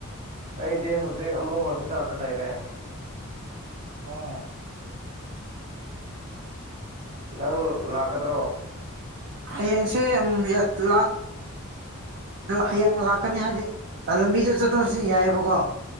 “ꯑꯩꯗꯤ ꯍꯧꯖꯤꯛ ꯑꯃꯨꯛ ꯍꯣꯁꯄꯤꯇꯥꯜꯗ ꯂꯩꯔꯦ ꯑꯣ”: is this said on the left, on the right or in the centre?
Right